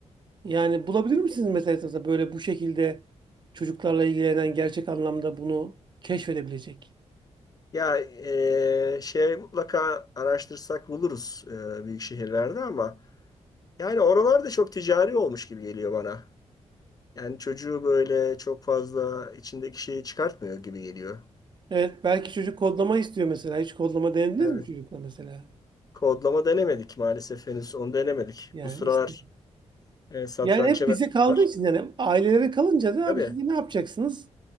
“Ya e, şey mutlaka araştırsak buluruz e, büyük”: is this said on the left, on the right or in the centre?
Left